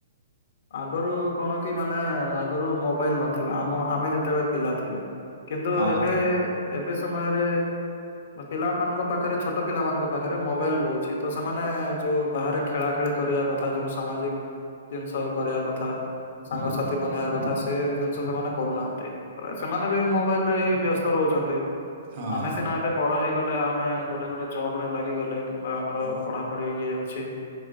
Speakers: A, on the left (about 60°); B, on the right (about 50°).
A: ଆଗରୁ କଣ କି ମାନେ ଆଗରୁ ମୋବାଇଲ ନଥିଲା ଆମ ଆମେ ଯେତେବେଳେ ପିଲା ଥିଲେ। କିନ୍ତୁ
B: ହଁ।
A: ଏବେ ଏବେ ସମୟରେ ପିଲାମାନଙ୍କ ପାଖରେ ଛୋଟ ପିଲାମାନଙ୍କ ପାଖରେ ମୋବାଇଲ ରହୁଛି ତ ସେମାନେ ଯୋଉ ବାହାରେ ଖେଳାଖେଳି କରିବା କ ଥା ଯୋଉ ସାମାଜିକ ଜିନିଷ କରିବା କଥା। ସାଙ୍ଗସାଥି ବନେଇବା କଥା ସେ ଜିନିଷ ସେମାନେ କରୁନାହାନ୍ତି। ପ ସେମାନେବି ମୋବାଇଲରେ ହିଁ ବ୍ୟସ୍ତ ରହୁଛନ୍ତି।
B: ହଁ।
A: ଆମେ ସିନା ଏବେ ବଡ ହେଇଗଲେ ଆମେ ଗୋଟେ ଗୋଟେ ଜବରେ ଲାଗିଗଲେ। କିମ୍ବା ଆମର
B: ହଁ
A: ପଢ଼ାପଢ଼ି ଇଏ ଅଛି।